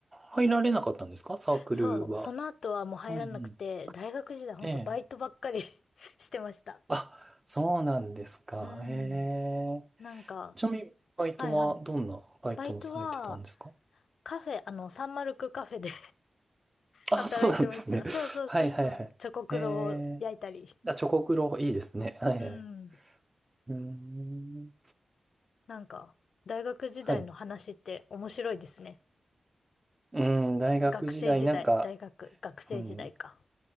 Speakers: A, on the right; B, on the left.
A: 入られなかったんですかサークルは。
B: そう。その後はもう入らなくて、
A: うんうん。
B: 大学時代ほんとバイトばっかり
A: ええ。
B: <laughs> してました。
A: あ、そうなんですか。
B: うん。
A: ええ。
B: なんか、
A: ちなみに、バイトはどんなバイトをされてたんですか
B: はいはい。バイトは、カフェ、あの、サンマルクカフェで
A: あ、
B: 働いてました。
A: そうなんですね。<laughs>
B: そうそうそうそう。
A: はいはいはい。
B: チョコクロを焼いたり。
A: ええ。あ、チョコクロ、いいですね。はいはい。
B: うん。
A: うーん。
B: なんか、大学時代の話って面白いですね。
A: はい。うん、大学時代、
B: 学生時代、
A: なんか、
B: 大学、学生時代か。
A: うん、